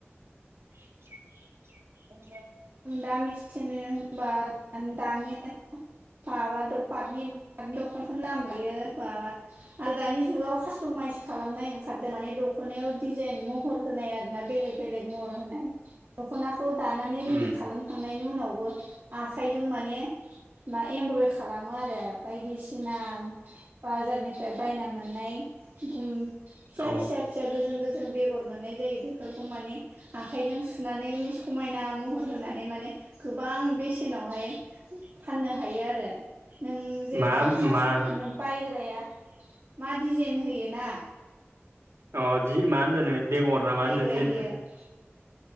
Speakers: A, on the right; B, on the right.
A: <unintelligible>
B: दामिसिननि होनोब्ला दानिया माबा फावनि। <unintelligible> आरो दानि जुगाव कास्ट'माइस खालामनाय ओंखा खारदों माने दखनायाव दिजाइन महर होनाय आरो ना बेलेख बेलेख महर होनाय दखनाखौ खौ दानानै रेडि
A: उम
B: खालामखांनायनि उनावबो आखाइजों माने मा एमब्रय खालामो आरो बायदिसिना बाजारनिफ्राय बायना मोननाय फिसा
A: औ
B: फिसा फिसा गोजों गोजों बेगर मोननाय जायो बेफोरखौ माने आखायजों सुनानै समायना महर होनानै माने गोबां बेसेनावहाय फाननो हायो आरो। नों जेनेबा
A: मा
B: कास्ट
A: मा
B: नों बायग्राया मा डिजाइन होयो ना।
A: अ दि मा होनदों नों? बेगर ना मा
B: बायग्राया
A: होनदो दिजाइनखो
B: <unintelligible>